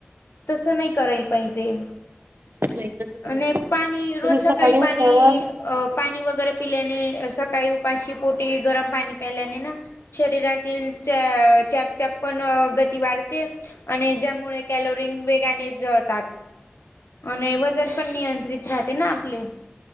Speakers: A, on the left; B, on the right.
A: तसं नाही करायला पाहिजे.
B: नाही. तसं तर नाही
A: आणि
B: करायला
A: पाणी
B: हवं.
A: रोज
B: तुम्ही
A: सकाळी
B: उठल्यावर
A: पाणी अ पाणी वगैरे पिल्याने सकाळी उपाशी पोटी गरम पाणी प्यायल्याने ना शरीरातील च चॅप चप पण गती वाढते. आणि ज्यामुळे कॅलोरीन वेगाने जळतात. आणि वजन पण नियंत्रित राहते ना आपले